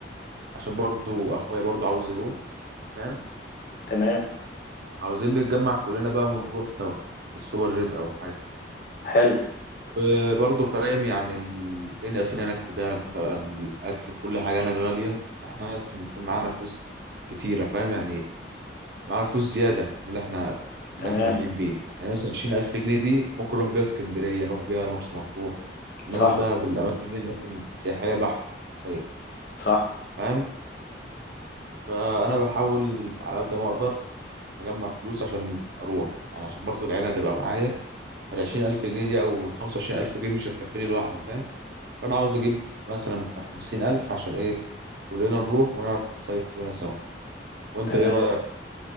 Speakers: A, on the right (about 55°); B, on the left (about 50°).
A: عشان برضو اخويا برضو عاوز يروح فاهم
B: تمام
A: عاوزين نتجمع كلنا بقى ونروح سوا بالسوبر جيت او حاجه
B: حلو
A: وبرضه فاهم يعني ال- الدنيا اصلا هناك في دهب بقى الاكل وكل حاجه هناك غاليه احنا لازم يكون معانا فلوس كتيره فاهم يعني معانا فلوس زياده من اللي احنا اللي
B: تمام
A: احنا رايحين بيه يعني مثلا 20000 جنيه دي ممكن نروح بيها اسكندريه نروح بيها مرسى مطروح انما
B: صح
A: دهب الاماكن دي اماكن سياحيه بحته حرفيا
B: صح
A: فاهم فانا بحاول على قد ما اقدر اجمع فلوس عشان اروح يعني عشان برضه العيله هتبقى معايا فال 20000 جنيه دي او ال 25000 جنيه دي مش هتكفيني لوحدي فاهم فانا عاوز اجيب مثلا بتاع خمسين الف عشان ايه كلنا نروح ونعرف نصيف كلنا سوا وانت
B: تمام
A: ايه رايك